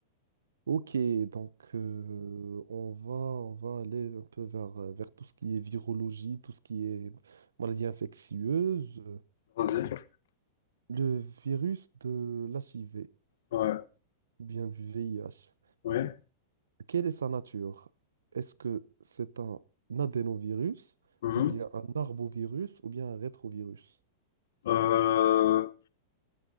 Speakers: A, on the right; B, on the left.
A: Ok, donc euh, on va, on va aller un peu vers, euh, vers tout ce qui est virologie, tout ce qui est maladie infectieuse,
B: Vas-y.
A: le virus de l'HIV,
B: Ouais,
A: ou bien du VIH.
B: oui.
A: Quelle est sa nature? Est-ce que c'est un adénovirus
B: mhm.
A: ou bien un arbovirus ou bien un rétrovirus?
B: Euh,